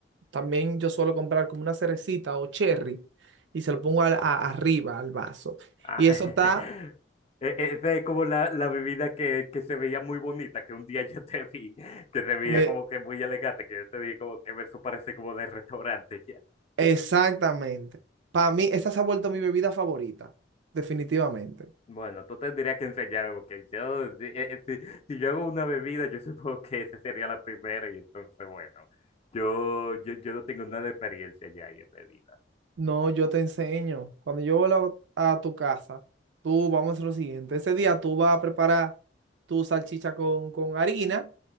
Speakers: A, on the right (about 70°); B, on the left (about 35°).
A: también yo suelo comprar como una cerecita o cherry y se lo pongo al- a- arriba al vaso.
B: Ah,
A: Y
B: <laughs>
A: eso está
B: e- Es de como la, la bebida que, que se veía muy bonita, que un día yo te vi, que se veía
A: eh,
B: como que muy elegante, que yo te vi como que eso parece como de restaurante ya.
A: exactamente. Para mí, esa se ha vuelto mi bebida favorita, definitivamente.
B: Bueno, tú tendrías que enseñar algo que yo, si, eh, eh, si- si yo hago una bebida, yo <laughs> supongo que esa sería la primera y entonces, bueno, yo, yo, yo no tengo nada de experiencia ya ahí en bebida.
A: No, yo te enseño. Cuando yo vuelva a tu casa, tú vamos a hacer lo siguiente. Ese día tú vas a preparar tu salchicha con, con harina